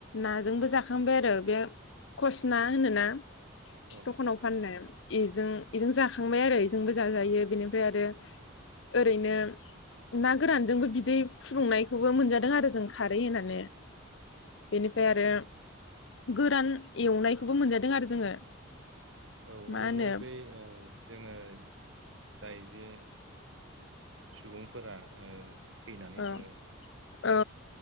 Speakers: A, on the left (about 60°); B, on the right (about 65°).
A: नाजोंबो जाखांबाय आरो बे खस ना होनोना।
B: औ
A: दखाव फाननाय। एजों एजों जाखांबाय आरो एजोंबो जाजायो बेनिफ्राय आरो ओरैनो। ना गोरानजोंबो बिदै फुदुंनायखौबो मोनजादों आरो जों खारै हो‌नानै। बेनिफ्राय
B: औ
A: आरो गोरान एवनायखौबो मोनजादों आरो जोङो।
B: औ ओरैनो
A: मा होनो
B: बै ओ जोङो जाय जे सुबुंफोरा ओ थैनानै
A: औ
B: थाङो
A: औ